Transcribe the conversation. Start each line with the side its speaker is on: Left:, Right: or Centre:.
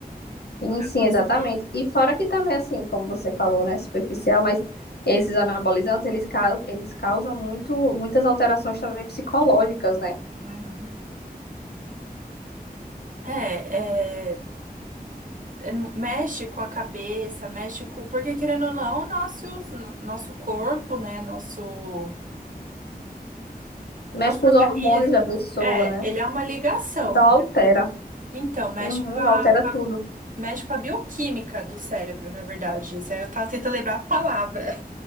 Left: Sim,
Right: Você
Left: sim, exatamente. E fora que também, assim, como você falou, né, superficial, mas esses anabolizantes, eles, ca- eles causam muito, muitas alterações também psicológicas, né?
Right: Uhum. É, é, mexe com a cabeça, mexe com. Porque, querendo ou não, nosso, nosso corpo, né? Nosso,
Left: Mexe
Right: nosso
Left: com
Right: organismo.
Left: os hormônios da pessoa,
Right: É,
Left: né?
Right: ele é uma ligação.
Left: Então altera.
Right: Então, mexe
Left: Uhum,
Right: com a,
Left: altera tudo.
Right: mexe com a bioquímica do cérebro, na verdade. Isso aí eu tava tentando lembrar a palavra.